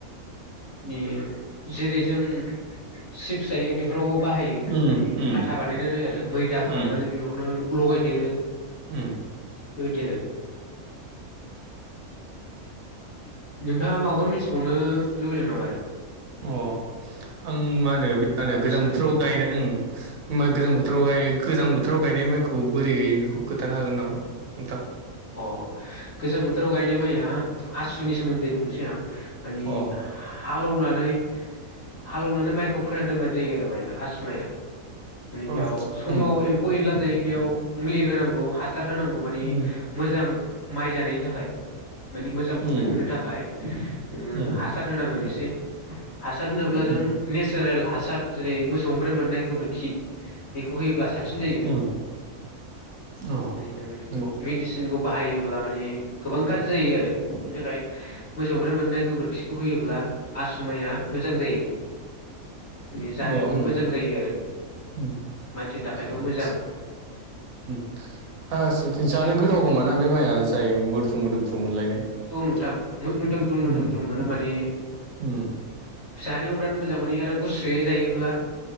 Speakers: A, on the left; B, on the right.
A: नि जेरै जों सिप्स जायो बेफोरावबो बाहायो
B: उम
A: मानि
B: उम
A: आथा बानायनानै आरो मैदा
B: उम
A: खालामनानै बेफोरखौनो लगायदेरो
B: उम
A: बेबायदि आरो नोंथाङा माबाफोर मिथिबावनो लुबैदों नामा आरो
B: अ आं मा होनो मा होनो
A: आबादनि
B: गोजां
A: सोमोन्दै
B: बोथोराव गायनाय ओ गोजां बोथोराव गाय नाय गोजां बोथोराव गायनाय माइखौ बोरै गायो बेखौ खोनथानो हागोन नामा नोंथां
A: अ गोजां बोथोराव गायनाय माइया आसुनि सोमोन्दै बुंनोसै आं माने
B: अ
A: हालौवनानै हालौवनानै माइखौ फोनानै दोनबानो जायो आरो माइया आसु माइया माने बेयाव
B: आतसा
A: समाव
B: उम
A: एम्फौ एनला जायो बेयाव मुलि होनांगौ हा सार होनांगौ मानि
B: उम
A: मोजां माइ जानायनि थाखाय मानि मोजां प्रफिट
B: उम
A: मोननो थाखाय नोङो
B: उम
A: हासार होनांगोन एसे हासार होनोब्ला
B: उम
A: जों नेचारेल हासार जेरै मोसौनिफ्राय मोननाय गोबोरखि बेखौ होयोब्ला साब सिन जायो
B: उम औ
A: माने नों
B: नंगौ
A: मेडिसिन खौ बाहायोब्ला माने गोबां गाज्रि जायो आरो बेनिथाखाय मोसौनिफ्राय मोननाय गोबोरखौ होयोब्ला आसु माइया मोजां जायो माने जानायावबो
B: अ उम
A: मोजां जायो आरो
B: उम औ
A: मानसिनि
B: <unintelligible>
A: थाखायबो मोजां
B: उम आसुथे <unintelligible> जानो गोथाव खोमा ना बे माइआ जाय मोदफ्रु मोदोमफ्रु मोनलायनाय
A: औ नोंथां मोदोमफ्रु मोदोमफ्रु
B: उम
A: मोनो माने
B: उम
A: जानायाव बिराद मोजां मोनो आरो गुसुयै जायोब्ला